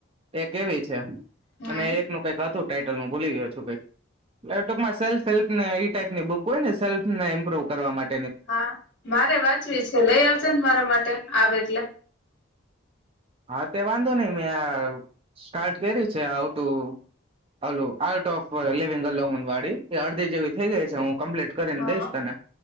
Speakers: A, on the right; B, on the left.
A: એ કેવી છે.
B: હમ
A: અને એક નું કઈક હતું ટાઈટલ હુ ભૂલી ગયો છું કઈ એ ટૂંકમાં સેલ્ફ સેલ્ફને એ ટાઈપની બુક હોય ને સેલ્ફને ઇમ્પ્રુવ કરવા માટે
B: હા, મારે વાંચવી છે. લઈ આવજ સેજ મારા માટે આવ એટલે
A: હા તે વાંધો નહી મેં સ્ટાર્ટ કરી છે આવતું આલો આર્ટ ઓફ લિંગવાડી અડધી જેવી થઇ ગઈ છે હું કમ્પ્લીટ કરીને
B: હા
A: દઈશ તને